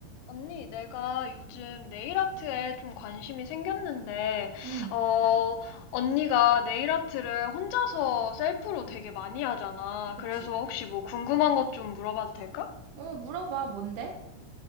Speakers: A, on the left; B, on the right.
A: 언니, 내가 요즘 네일 아트에 좀 관심이 생겼는데,
B: 응,
A: 어, 언니가 네일 아트를 혼자서 셀프로 되게 많이 하잖아.
B: 그치.
A: 그래서 혹시 뭐 궁금한 것 좀 물어봐도 될까?
B: 어, 물어봐. 뭔데?